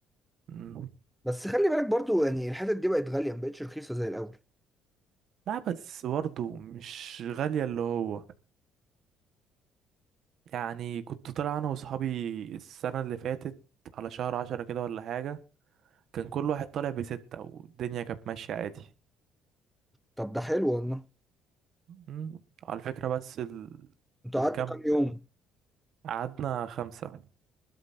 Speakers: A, on the right (about 60°); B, in the centre.
A: مم.
B: بس خلي بالك برضه يعني الحتت دي بقت غاليه ما بقتش رخيصه زي الاول
A: لا بس برضه مش غالية اللي هو يعني كنت طالع أنا وصحابي السنة اللي فاتت على شهر عشرة كده ولا حاجة كان كل واحد طالع بستة والدنيا كانت ماشية عادي
B: طب ده حلو والله
A: مم. على فكرة بس ال...
B: انتوا
A: الكامب
B: قعدتوا كام يوم
A: قعدنا خمسة